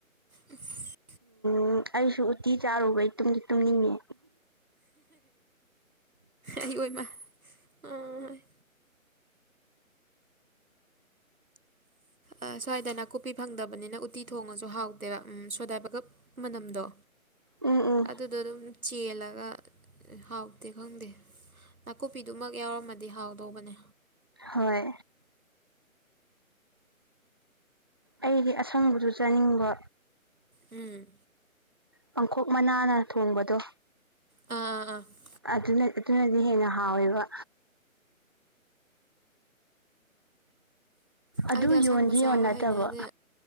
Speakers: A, on the right; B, on the right.
A: <unintelligible>
B: ꯎꯝ ꯑꯩꯁꯨ ꯎꯇꯤ ꯆꯥꯔꯨꯕꯩ ꯇꯨꯝꯗꯤ ꯇꯨꯝꯅꯤꯡꯉꯦ
A: ꯑꯩꯌꯣꯏꯃ <unintelligible> ꯑ ꯁ꯭ꯋꯥꯏꯗ ꯅꯥꯀꯨꯞꯄꯤ ꯐꯪꯗꯕꯅꯤꯅ ꯎꯇꯤ ꯊꯣꯡꯉꯖꯨ ꯍꯥꯎꯇꯦꯕ ꯎꯝ ꯁꯣꯗ ꯕꯥꯒꯞ ꯃꯅꯝꯗꯣ
B: ꯎꯝ ꯎꯝ
A: ꯑꯗꯨꯗꯣ ꯑꯗꯨꯝ ꯆꯦꯜꯂꯒ ꯍꯥꯎꯇꯦ ꯈꯪꯗꯦ ꯅꯥꯀꯨꯞꯄꯤꯗꯨꯃꯒ ꯌꯥꯎꯔꯝꯃꯗꯤ ꯍꯥꯎꯗꯧꯕꯅꯦ
B: ꯍꯣꯏ ꯑꯩꯒꯤ ꯑꯁꯪꯕꯖꯨ ꯆꯥꯅꯤꯡꯕ
A: ꯎꯝ
B: ꯄꯥꯡꯈꯣꯛ ꯃꯅꯥꯅ ꯊꯣꯡꯕꯗꯣ
A: ꯑꯥ ꯑꯥ ꯑ
B: ꯑꯗꯨꯅ ꯑꯗꯨꯅꯗꯤ ꯍꯦꯟꯅ ꯍꯥꯎꯋꯦꯕ ꯑꯗꯨ
A: ꯑꯩꯗꯤ ꯑꯁꯪꯕ
B: ꯌꯣꯟꯗꯤ
A: ꯆꯥꯕ
B: ꯌꯣꯟꯅꯇꯕꯣ
A: ꯍꯩꯅꯗꯦ